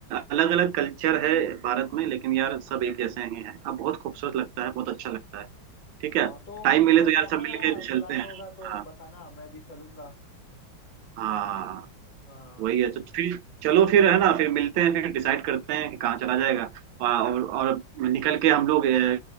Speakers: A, on the right; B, on the left.
A: अलग अलग कल्चर है भारत में लेकिन यार सब एक जैसे ही हैं अब बहुत खूबसूरत लगता है बहुत अच्छा लगता है ठीक है
B: हाँ तो
A: टाइम
B: मुझे
A: मिले
B: बताना
A: तो यार सब मिलके चलते
B: प्लान
A: हैं
B: होगा तो
A: हाँ
B: बताना मैं भी चलूंगा
A: हाँ
B: हाँ
A: वही है तो फिर चलो फिर है ना फिर मिलते हैं फिर डिसाइड करते हैं कि कहाँ चला जाएगा और और निकल के हम लोग अ,